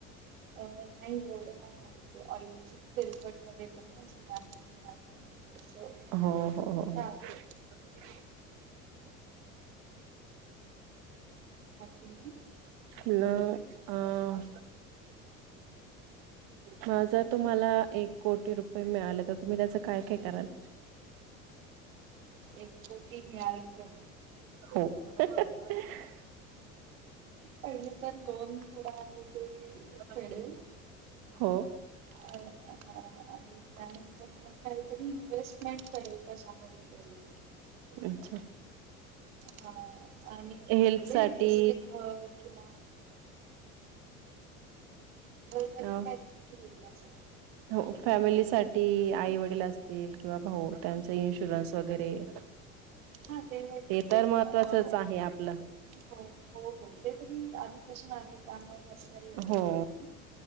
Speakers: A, on the right; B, on the right.
A: अ नाही एवढं नाही आवडत. ऑइल तेलकट मध्ये <unintelligible> असं
B: हो हो हो
A: हा
B: हो
A: ते
B: <unintelligible>
A: बाकी नाही.
B: हॅलो अ. हा जर तुम्हाला एक कोटी रुपये मिळाले तर तुम्ही त्याचं काय-काय कराल?
A: एक कोटी मिळाले तर
B: हो. <unintelligible>
A: पहिले तर लोन थोडा आहे. ते
B: <inaudible>
A: फेडेल
B: हो.
A: <unintelligible> आणि त्यानंतर मग काहीतरी इन्व्हेस्टमेंट करेल कशामध्ये तरी.
B: अच्छा!
A: हा आणि म्हणजे
B: हेल्थसाठी,
A: जसं की घर किंवा ते नवीन
B: अ
A: काहीतरी केलेली असा.
B: हो फॅमिलीसाठी, आई-वडील असतील किंवा भाऊ त्यांच इन्शुरन्स वगैरे. <inaudible>
A: हा ते वगैरे
B: तर
A: तरी
B: महत्त्वाचंच
A: अ
B: आहे आपलं
A: हो हो हो ते तरी आधिपासून आहे त्यामुळे काही असं
B: हो
A: हे नाही.